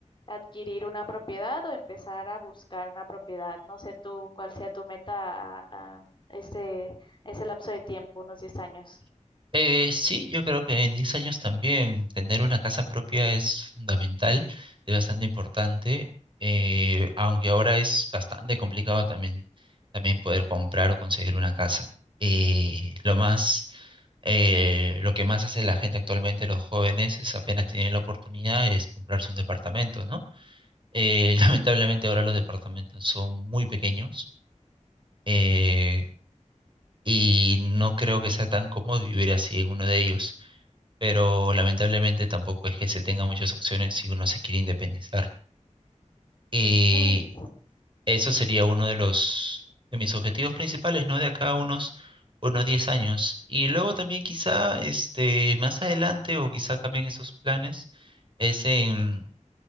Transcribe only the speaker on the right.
Eh, sí, yo creo que en 10 años también tener una casa propia es fundamental, es bastante importante, eh, aunque ahora es bastante complicado también, también poder comprar o conseguir una casa. Eh, lo más, eh, lo que más hace la gente actualmente, los jóvenes, es apenas tienen la oportunidad, es comprarse un departamento, ¿no? Eh, <laughs> lamentablemente ahora los departamentos son muy pequeños, eh, y no creo que sea tan cómodo vivir así en uno de ellos pero lamentablemente tampoco es que se tenga muchas opciones si uno se quiere independizar. Y
eso sería uno de los de mis objetivos principales, ¿no? De acá a unos unos 10 años. Y luego también quizá este más adelante o quizá cambien esos planes es en